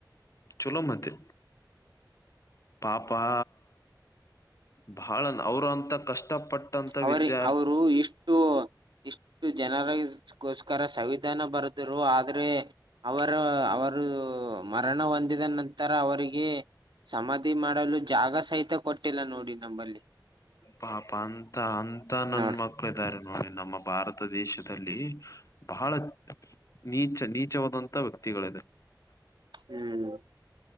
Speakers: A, on the left; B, on the right.
A: ಚಲೋ ಮತ್ತೆ ಪಾಪಾ ಬಹಳ ಅವರು ಅಂತ ಕಷ್ಟಪಟ್ಟಂತ
B: ಅವರಿ
A: ವಿದ್ಯಾರ್ಥಿ
B: ಅವರು ಇಷ್ಟು ಇಷ್ಟು ಜನರಗೋಸ್ಕರ ಸಂವಿಧಾನ ಬರುದರು ಆದ್ರೆ ಅವರ ಅವರು ಮರಣ ಹೊಂದಿದ ನಂತರ ಅವರಿಗೆ ಸಮಾಧಿ ಮಾಡಲು ಜಾಗ ಸಹಿತ ಕೊಟ್ಟಿಲ್ಲ ನೋಡಿ ನಂಬಲ್ಲಿ
A: ಪಾಪ ಅಂತ ಅಂತ ನನ್
B: ನೋಡಿ
A: ಮಕ್ ಮಳಿದ್ದಾರೆ ನೋಡಿ ನಮ್ಮ ಭಾರತ ದೇಶದಲ್ಲಿ ಬಹಳ ನೀಚ ನೀಚವಾದಂತ ವ್ಯಕ್ತಿಗಳಿದೆ.
B: ಹ್ಮ್